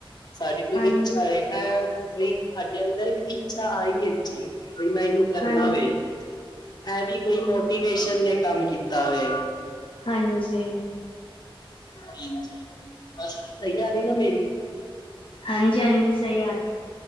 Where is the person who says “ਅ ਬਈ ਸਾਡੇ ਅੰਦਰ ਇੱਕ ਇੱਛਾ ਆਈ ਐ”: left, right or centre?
Left